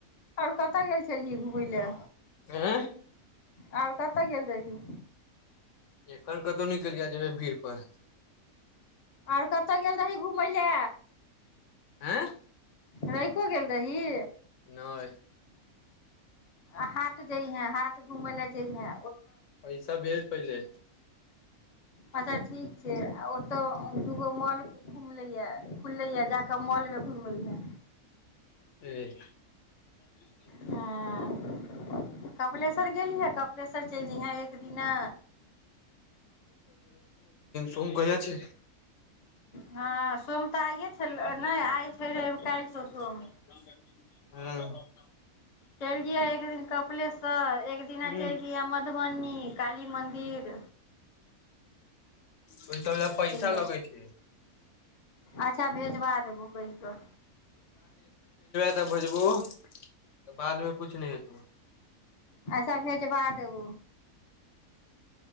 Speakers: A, on the left (about 45°); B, on the left (about 65°).
A: आर कतय गेल छलियै घुमय लए
B: आँ
A: आओर कतय गेल रही
B: एकखन कतहु निकलिय जेबै भीड़ पर
A: आर कतय गेल रही घूमय लए
B: आँ
A: रहिको गेल रही
B: नहि
A: आ हाट जइ हैं हाथ घुमय लए जइहे
B: पैसा भेल पहिले
A: अच्छा ठीक छै आ ओतहु दूगो मॉल घुमलैए खुललैए जा कऽ मॉलमे घुमै हे
B: ठीक <inaudible>
A: हँ कपलेश कर गेलीहै कपिलेशर चलि जइहे एक दिना
B: त कय छै
A: हँ सोम
B: हँ
A: तऽ आइए छलै नहि आइ छै रवि काल्हि छौ
B: <inaudible>
A: सोम चलि जिया एक दिन कपिलस्वर एक दिना
B: ह
A: चलि जया मधु ब काल मन्दिर
B: ओहि सब लए पैसा
A: है
B: लगै छै
A: अच्छा भेजबा देबो कहि कऽ
B: भेजबू तऽ बादमे कुछ नहि हेतौ
A: अच्छा भेजवा देबू